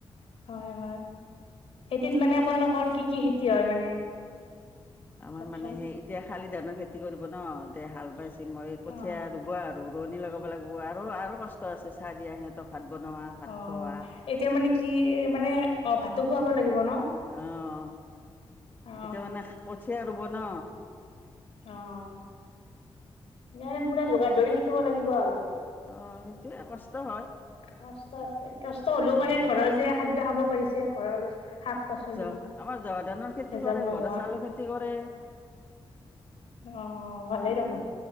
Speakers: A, on the left; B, on the left.
A: হয় হয়,। খেতিত মানে আপোনালোকৰ কি কি খেতি হয় মানে?
B: আমাৰ
A: কওকচোন
B: মানে সেই এতিয়া শালি ধানৰ খেতি কৰিব ন'। এতে হাল বাইছি মই কঠীয়া
A: অ
B: ৰুব আৰু ৰোৱনী লগা লগাব লাগব আৰু আৰু কষ্ট আছে চাহ দিয়া সিহঁতক ভাত বনোৱা। ভাত
A: অঁ
B: খোৱা
A: এতিয়া মানে কি মানে, অঁ ভাতো খুৱাব লাগিব ন?
B: অঁ
A: অ
B: এতিয়া মানে কঠীয়া ৰুব ন'।
A: অঁ। এৰে পুৰা যোগাৰ ধৰি থাকিব লাগিব আৰু।
B: অঁ সেইটোয়ে কষ্ট হয়।
A: কষ্ট আছে, কষ্ট হ'লেও
B: উম
A: মানে ঘৰৰ যে খাদ্য খাব পাৰিছে, ঘৰৰ শাক। পাচলি
B: জ আমাৰ জহা ধানৰ খেতি
A: ভেজাল
B: কৰে,
A: নোহোৱা
B: বৰা চাউলৰ খেতি কৰে।
A: অ ভালেই
B: আহ
A: দেখোন